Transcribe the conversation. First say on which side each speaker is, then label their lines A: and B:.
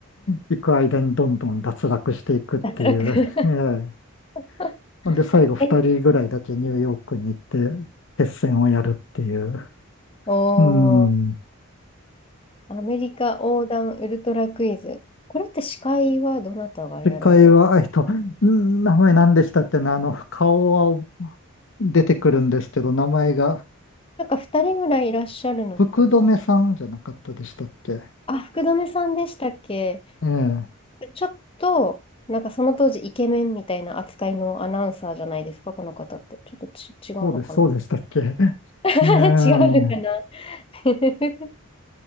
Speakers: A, on the left; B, on the left.
A: 行く間にどんどん脱落していくっていう。
B: 脱落。
A: <laughs> ええ。
B: <laughs>
A: ほんで、最後2人ぐらいだけニューヨークに行って、
B: え、
A: 決戦をやるっていう。
B: お
A: うん。
B: ー、アメリカ横断ウルトラクイズ。これって司会はどなたがやられ
A: 次回は、えっと、ん名前何でしたっけね、あの、顔は出てくるんですけど、名前が、
B: なんか2人ぐらいいらっしゃるのかな
A: 福留さんじゃなかったでしたっけ
B: あ、福留さんでしたっけ
A: ええ。
B: ちょっと、なんかその当時イケメンみたいな扱いのアナウンサーじゃないですか、この方って。ちょっとち、違うのかな
A: そうです、そうでしたっけ <laughs>
B: <laughs> 違うのかな
A: ええ。
B: <laughs>